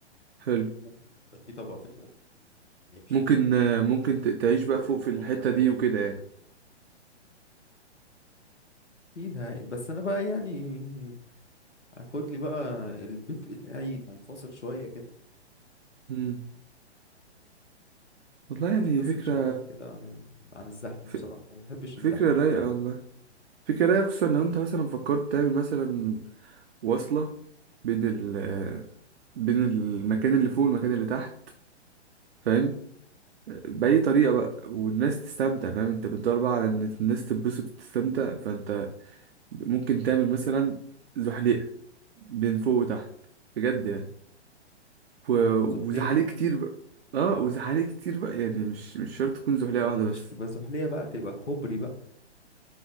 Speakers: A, on the right; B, on the left.
A: حلو
B: ممكن يبقى في طبقة فوق يعيشوا
A: ممكن
B: فوق
A: آه، ممكن ت- تعيش
B: كام سلم
A: بقى فوق في الحتة
B: او كناري
A: دي وكده يعني
B: اكيد هاي بس انا بقى يعني اخد لي بقى البيت بتاعي منفصل شوية كده
A: مم. والله
B: منفصل
A: يعني فكرة
B: شوية كده عن ال... عن الزحمة
A: ف...
B: بصراحة ما بحبش
A: فكرة
B: الزحمة
A: رايقة
B: انا
A: والله فكرة رايقة خصوصا لو انت مثلا فكرت تعمل مثلا وصلة بين ال آه، بين المكان اللي فوق والمكان اللي تحت فاهم آه، بأي طريقة بقى والناس تستمتع فاهم انت بتدور بقى على ان الناس تتبسط وتستمتع فانت ممكن تعمل مثلا زحليقة بين فوق وتحت بجد يعني و...
B: زحليقة
A: وزحاليق كتير بقى اه وزحاليق كتير بقى يعني مش مش شرط تكون زحليقة
B: آه،
A: واحدة
B: مش
A: بس
B: هتبقى زحلية بقى تبقى كوبري بقى